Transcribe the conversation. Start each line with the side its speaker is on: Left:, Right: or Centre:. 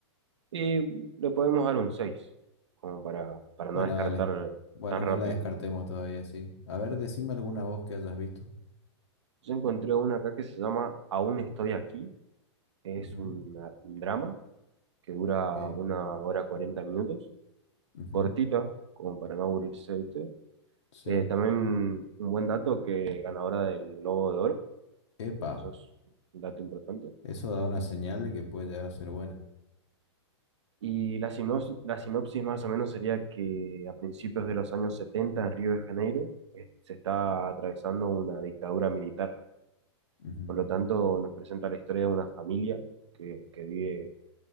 Right: Y le podemos dar un 6 como para, para no
Left: Bueno,
Right: descartar
Left: dale. Bueno,
Right: tan rápido.
Left: no la descartemos todavía, sí. A ver, decime alguna voz que hayas visto.
Right: Yo encontré una acá que se llama Aún estoy aquí. Es
Left: Ujú,
Right: una- un drama que dura
Left: ok.
Right: una hora 40 minutos,
Left: ujú,
Right: cortita, como para no aburrirse, ¿viste?
Left: sí.
Right: Eh, también un buen dato que ganadora del Globo de Oro,
Left: Epa,
Right: eso es un dato importante.
Left: eso da una señal de que puede llegar a ser buena.
Right: Y la sinopsis, la sinopsis más o menos sería que a principios de los años 70 en Río de Janeiro eh, se está atravesando una dictadura militar
Left: Ujú,
Right: Por lo tanto, nos presenta la historia de una familia que, que vive